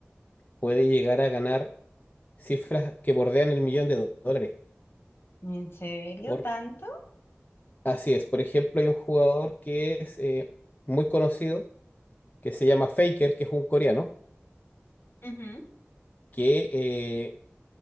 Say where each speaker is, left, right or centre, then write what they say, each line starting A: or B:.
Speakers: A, on the left (about 35°); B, on the left (about 55°).
A: puede llegar a ganar cifras que bordean el millón de do- dólares.
B: ¿En serio
A: Por,
B: tanto?
A: así es. Por ejemplo, hay un jugador que es eh, muy conocido, que se llama Faker, que es un coreano,
B: ujú,
A: que eh,